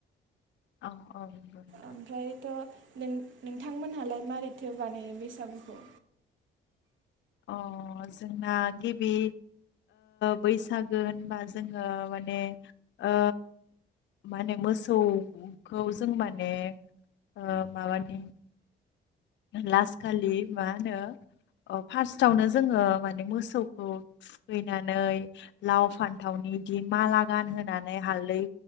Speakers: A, on the left; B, on the right.
A: औ औ। नोंथां
B: ओमफ्रायथ' नों नोंथांमोनहालाय मारैथो बानायो बैसागुखौ।
A: अ जोंना गिबि बैसागो होनबा जोङो माने ओ माने मोसौखौ जों माने ओ माबानि लास खालि मा होनो ओ फार्स्टआवनो जोङो माने मोसौखौ थुखैनानै लाव फान्थावनि दि माला गानहोनानै हालदै